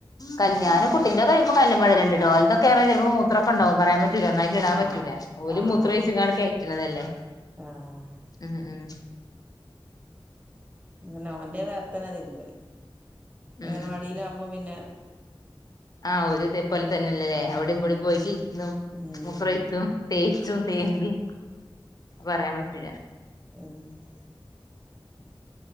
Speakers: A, on the left; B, on the right.
A: കല് കുട്ടിൻ്റൊക്കെ ചിലപ്പോ കല്ലുമ്മല്ടല്ണ്ടട്ടോ ഓൽതൊക്കെറഞ്ഞ ചിലപ്പോ മൂത്രക്കെണ്ടാവും പറയാൻപറ്റ റ്റൂല ഒന്നായിട്ട് ഇടാൻ
B: ആഹ്
A: പറ്റൂല ഓല്
B: ആഹ്
A: മൂത്രൊഴിച്ച്കാണ്ട് കയറ്റണതല്ലേ
B: ആഹ്
A: ഉം ഉം
B: അങ്ങനെ ഓന്റെ വേർത്തന്നെ തിരുമ്പല് അങ്ങനവടിയിലകുമ്പോ
A: ഉം
B: പിന്നെ
A: ആഹ് ഒരു ഇതേ പോലെ
B: ഓൽക്ക്
A: തന്നെല്ലല്ലേ
B: ആഹ്
A: അവിടെ ഇവടെും പോയിട്ട് ഇരിക്കുന്നു
B: ഉം
A: മുത്രോയിച്ചും തേച്ചും തേമ്പും പറയാൻ പറ്റില്ല
B: ആഹ്